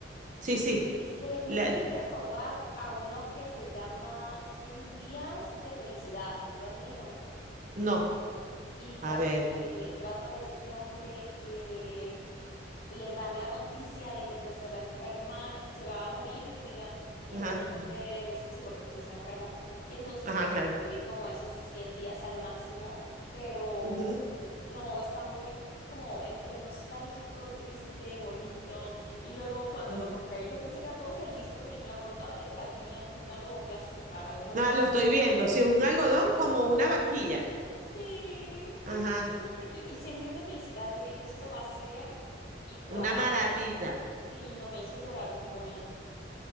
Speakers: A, on the right; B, on the left.
A: sí, sí.
B: Hiciste- me
A: La-
B: hiciste recordar a uno que se llama 100 días de felicidad, ¿lo has leído?
A: no,
B: Y trata
A: a ver.
B: de, trata de este hombre que le dan la noticia de que pues se va a enfermar, se va a morir, que diga, y
A: Ajá,
B: entonces, sí, porque pues está enfermo, y entonces
A: ajá,
B: trata
A: claro.
B: de vivir como esos 100 días al máximo, pero
A: Ujú,
B: no, está muy como entre nostálgico, triste, bonito, y luego cuando
A: ujú.
B: lo compré, yo pensé que era todo feliz porque en la portada literal venía como un algodón de azúcar, algo
A: Ah, lo estoy viendo. Si es un algodón como una barquilla.
B: Sí,
A: Ajá,
B: y es súper cute. Y 100 días de felicidad, yo dije, esto va a ser y cuál.
A: una maravilla.
B: Sí, no me hizo llorar un buen.